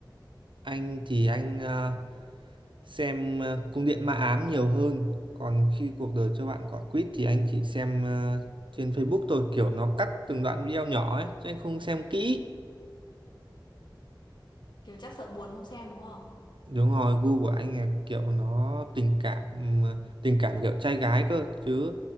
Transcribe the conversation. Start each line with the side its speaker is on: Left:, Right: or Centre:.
Right: Anh thì anh ờ, xem ờ, Cung điện ma ám nhiều hơn. Còn khi cuộc đời cho bạn quả quýt thì anh chỉ xem ờ, trên Facebook thôi. Kiểu nó cắt từng đoạn video nhỏ ấy. Chứ anh không xem kỹ.
Left: Kiểu chắc sợ buồn không xem đúng không?
Right: Đúng rồi, gu của anh là kiểu nó tình cảm ừm, tình cảm kiểu trai gái cơ chứ